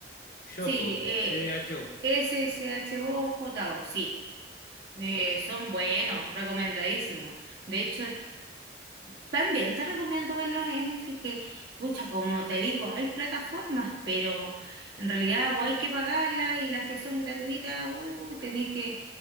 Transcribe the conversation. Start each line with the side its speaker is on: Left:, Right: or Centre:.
Left: Shoujo,
Right: Sí,
Left: es
Right: eh,
Left: como C-H-O.
Right: S S H O J O, sí. Eh,
Left: Shoujo.
Right: son buenos, recomendadísimos. De hecho, también te recomiendo verlos en Netflix, que, pucha, como te digo, hay plataformas, pero en realidad o hay que pagarlas y las que son gratuitas, uh, tenés que